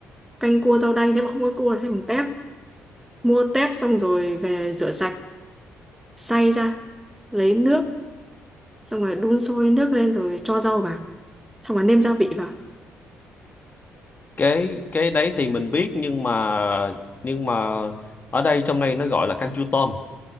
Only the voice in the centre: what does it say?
canh cua rau đay nếu mà không có cua thì thay bằng tép mua tép xong rồi về rửa sạch xay ra lấy nước xong rồi đun sôi nước lên rồi cho rau vào xong rồi nêm gia vị vào